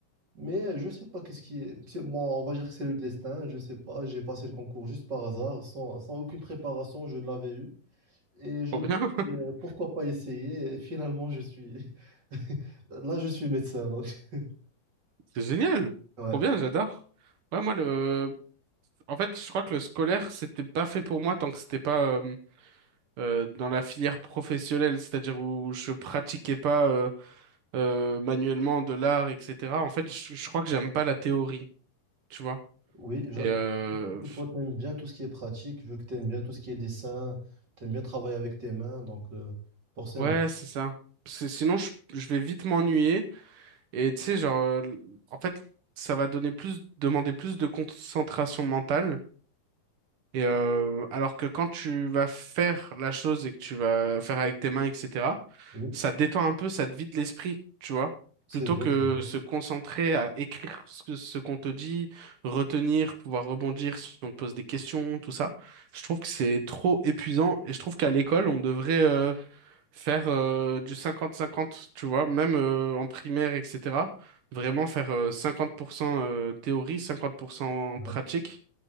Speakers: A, on the right; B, on the right.
A: Mais euh, je sais pas qu'est-ce qui est. c'est- Moi, on va dire que c'est le destin, je sais pas. J'ai passé le concours juste par hasard, sans, sans aucune préparation, je l'avais eu. Et je
B: trop
A: me
B: bien.
A: suis
B: <laughs>
A: dit, euh, pourquoi pas essayer? Et finalement, je suis. <laughs> Là, je suis médecin, donc. <laughs>
B: C'est génial.
A: Ouais,
B: Trop bien, j'adore. Ouais, moi, le, en fait, je crois que le scolaire, c'était pas fait pour moi tant que c'était pas, euh, euh, dans la filière professionnelle, c'est-à-dire où je pratiquais pas, euh, euh, manuellement de l'art, etc. En fait, je, je crois que j'aime pas la théorie, tu vois.
A: oui, je
B: Et,
A: je trouve
B: euh,
A: que toi, tu aimes bien tout ce qui est pratique, vu que tu aimes bien tout ce qui est dessin, tu aimes bien travailler avec tes mains, donc euh, forcément.
B: ouais, c'est ça. Parce que sinon, je je vais vite m'ennuyer. Et tu sais, genre, euh, en fait, ça va donner plus, demander plus de concentration mentale. Et euh, alors que quand tu vas faire la chose et que tu vas faire avec tes mains, etc.,
A: Oui,
B: ça te détend un peu, ça te vide l'esprit, tu vois.
A: c'est
B: Plutôt
A: vrai,
B: que
A: c'est vrai.
B: se concentrer à écrire ce que, ce qu'on te dit, retenir, pouvoir rebondir si on te pose des questions, tout ça. Je trouve que c'est trop épuisant et je trouve qu'à l'école, on devrait, euh, faire euh, du 50-50, tu vois, même euh, en primaire, etc. Vraiment faire euh, 50% euh, théorie, 50%
A: Ouais,
B: pratique,